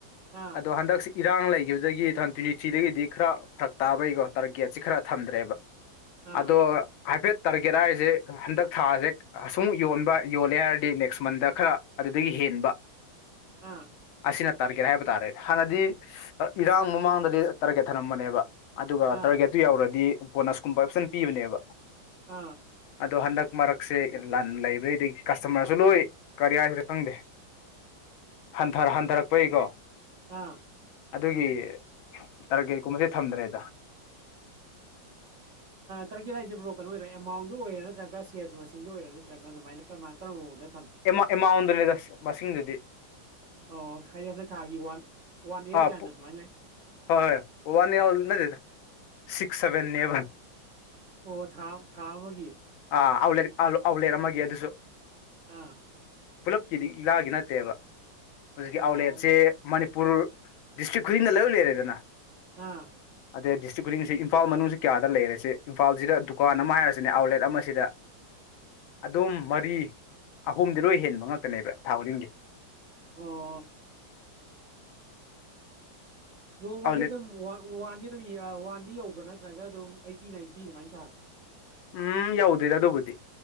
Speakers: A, on the right (about 50°); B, on the left (about 85°).
A: ꯑꯥ
B: ꯑꯗꯣ ꯍꯟꯗꯛꯁꯤ ꯏꯔꯥꯡ ꯂꯩꯈꯤꯕꯗꯒꯤ ꯊ ꯇꯨꯋꯅꯤꯊ꯭ꯔꯤꯗꯒꯤꯗꯤ ꯈꯔ ꯐꯛ ꯇꯥꯕꯩꯀꯣ ꯇꯥꯔꯒꯦꯠꯁꯤ ꯈꯔ ꯊꯝꯗ꯭ꯔꯦꯕ
A: ꯑꯥ
B: ꯑꯗꯣ ꯍꯥꯏꯐꯦꯠ ꯀꯦꯠ ꯍꯥꯏꯔꯤꯁꯦ ꯍꯟꯗꯛ ꯊꯥꯁꯦ ꯑꯁꯨꯝ ꯌꯣꯟꯕ ꯌꯣꯜꯂꯦ ꯍꯥꯏꯔꯗꯤ ꯅꯦꯛꯁ ꯃꯟꯗ ꯈꯔ ꯑꯗꯨꯗꯒꯤ ꯍꯦꯟꯕ <inaudible>
A: ꯑꯥ
B: ꯁꯤꯅ ꯇꯥꯔꯒꯦꯠ ꯍꯥꯏꯕ ꯇꯥꯔꯦ ꯍꯥꯟꯅꯗꯤ ꯏꯔꯥꯡ ꯃꯃꯥꯡꯗꯗꯤ ꯇꯥꯔꯒꯦꯠ ꯊꯔꯝꯕꯅꯦꯕ ꯑꯗꯨꯒ
A: ꯑꯥ
B: ꯇꯥꯔꯒꯦꯠꯇꯨ ꯌꯎꯔꯗꯤ ꯕꯣꯅꯁꯀꯨꯝꯕ ꯐꯞꯁꯟ ꯄꯤꯕꯅꯦꯕ
A: ꯑ
B: ꯑꯗꯣ ꯍꯟꯗꯛ ꯃꯔꯛꯁꯦ ꯂꯟ ꯂꯩꯕꯩꯗꯒꯤ ꯀꯁꯇꯃꯔꯁꯨ ꯂꯣꯏ ꯀꯔꯤꯌꯥꯔꯁꯤꯗ ꯈꯪꯗꯦ ꯍꯟꯊ ꯍꯟꯊꯔꯛꯄꯩꯀꯣ
A: ꯑꯥ
B: ꯑꯗꯨꯒꯤ ꯇꯥꯔꯒꯦꯠ ꯀꯨꯝꯕꯁꯦ ꯊꯝꯗ꯭ꯔꯦꯗ
A: ꯇꯔꯛꯦꯠ ꯍꯥꯏꯁꯤꯦꯕ꯭ꯔꯣ ꯀꯩꯅ ꯑꯣꯏꯔꯥ ꯑꯦꯃꯟꯗ ꯑꯣꯏꯔꯥ ꯅꯠꯇ꯭ꯔꯒ ꯁꯦꯔꯁ ꯃꯁꯤꯡꯣ ꯑꯣꯏꯔꯥ ꯅꯠꯇ꯭ꯔꯒ ꯑꯗꯨꯃꯥꯏ ꯀꯔ ꯀꯔꯝꯕ ꯃꯑꯣꯗ
B: ꯑꯦꯃꯥ ꯏꯃꯥ ꯑꯣꯟꯗꯨ ꯂꯩꯗꯁ ꯁꯤꯡꯗꯨꯗꯤ
A: ꯑꯣ ꯍꯥꯏꯗꯤ ꯍꯟꯗꯛ ꯊꯥꯒꯤ ꯋꯥꯟ ꯋꯥꯟ ꯏꯜ
B: ꯑꯥ
A: ꯀꯥꯏꯅ ꯁꯨꯃꯥꯏꯅ ꯂꯩ
B: ꯍꯣꯏ ꯍꯣꯏ ꯋꯥꯟ ꯏ ꯅ ꯁꯤꯁ ꯁꯦꯕꯟꯕ
A: ꯑꯣ ꯊꯥ ꯊꯥ ꯑꯃꯒꯤ
B: ꯑ ꯑꯥꯎꯂꯦ ꯑꯥꯎꯠꯂꯦꯠ ꯑꯃꯒꯤ ꯑꯗꯨꯁꯨ
A: ꯑꯥ
B: ꯄꯨꯂꯞꯀꯤꯗꯤ ꯂꯥꯒꯤ ꯅꯠꯇꯦꯕ ꯍꯧꯖꯤꯛꯀꯤ
A: ꯑꯣ
B: ꯑꯥꯎꯠꯂꯦꯠꯁꯦ ꯃꯅꯤ ꯎꯄꯨꯔ ꯗꯤꯁꯇ꯭ꯔꯤꯛ ꯈꯨꯗꯤꯡꯗ ꯂ ꯂꯩꯔꯦꯗꯅ
A: ꯑꯥ
B: ꯑꯗꯩ ꯗꯤꯁꯇ꯭ꯔꯤꯛ ꯈꯨꯗꯤꯡꯁꯦ ꯏꯝꯐꯥꯜ ꯃꯅꯨꯡꯁꯤ ꯀꯌꯥꯗ ꯂꯩꯔꯁꯦ ꯏꯝꯐꯥꯜꯁꯤꯗ ꯗꯨꯀꯥꯟ ꯑꯃ ꯍꯥꯏꯔꯁꯤꯅꯦ ꯑꯥꯎꯠꯂꯦꯠ ꯑꯃꯁꯤꯗ ꯑꯗꯨꯝ ꯃꯔꯤ ꯑꯍꯨꯝꯗꯤ ꯂꯣꯏ ꯍꯦꯟꯕ ꯉꯥꯛꯛꯇꯅꯦꯕ ꯊꯥ ꯍꯗꯤꯡꯒꯤ
A: ꯑꯣ ꯅꯧ ꯃ
B: ꯑꯥꯎꯠꯂꯦꯠ
A: ꯋꯥꯅꯤꯔ ꯋꯥ ꯌꯧꯕ꯭ꯔꯥ ꯅꯠꯇ꯭ꯔꯒ ꯑꯗꯨꯝ ꯑꯩꯠꯇꯤ ꯅꯥꯏꯟꯇꯤ ꯑꯗꯨꯃꯥꯏꯅ ꯁꯥꯕ꯭ꯔꯥ
B: ꯎꯝ ꯌꯥꯎꯗꯦꯗ ꯑꯗꯨꯕꯨꯗꯤ